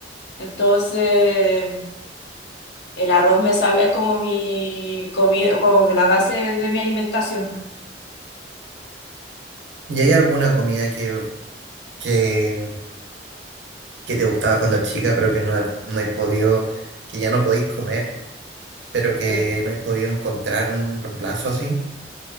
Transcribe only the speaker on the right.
¿Y hay alguna comida que, que, que te gustaba cuando chica pero que no, he- no he podido, que ya no podéis comer, pero que
no he podido encontrar un reemplazo así?